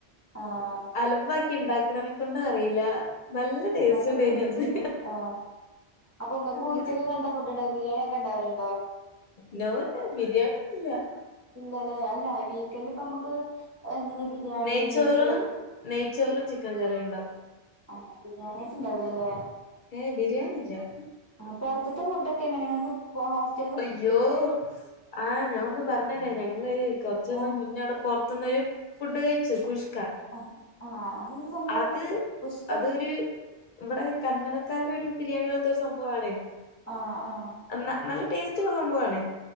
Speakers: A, on the right; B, on the left.
A: ആഹ്.
B: അലമ്പാക്കിണ്ടാക്ക്ണേനെക്കൊണ്ടറീല നല്ല ടേസ്റ്റ്
A: നല്ല
B: ഉണ്ടായിനി
A: ടേസ്റ്റ്ണ്ട്
B: അന്ന്
A: ആ അപ്പൊ ഇങ്ങക്ക്
B: അങ്ങനൊക്കെ
A: ഉച്ചക്കൊക്കെന്താ ഫുഡ്ണ്ടാക്കാ ബിരിയാണി ഒക്കെണ്ടാവല് ണ്ടോ?
B: നോ നോ ബിരേണിയൊന്നൂല്ല്യാ.
A: ഇല്ലല്ലേ അല്ല വീക്കന്റ്പ്പൊമ്മക്ക് ഇങ്ങനേ ബിര്യാണി
B: നെയ്ച്ചോറും
A: നെയ് ചോറ്
B: നെയ്ച്ചോറും ചിക്കൻ കറീണ്ടാവും.
A: ആ ബിരിയാണ്യായിട്ട്ണ്ടാവൂലലേ.
B: ഏ ബിര്യാണില്ല്യാ.
A: ആ പൊറത്ത്ത്തെ ഫുഡൊക്കെങ്ങനെങ്ങക്ക് പ്പോ ഹോസ്
B: അയ്യോ ആ ഞാ ഒന്ന് പറഞ്ഞേരാ ഞങ്ങള് കൊറച്ചോസം
A: ആഹ്
B: മുന്നെടെ പൊറ ത്ത്ന്നൊരു ഫുഡ് കഴിച്ചു കുഷ് ക്ക
A: ആഹ് ആഹ് അതെന്താ സംഭവം
B: അത്
A: ഉസ്ക
B: അതൊരു നമ്മടെ കന്നടക്കാരെ ഒരു ബിരിയാണി പോലത്തൊരു സംഭവാണ്
A: ആ ആ
B: ന്ന നല്ല ടേസ്റ്റുള്ള സംഭവാണ്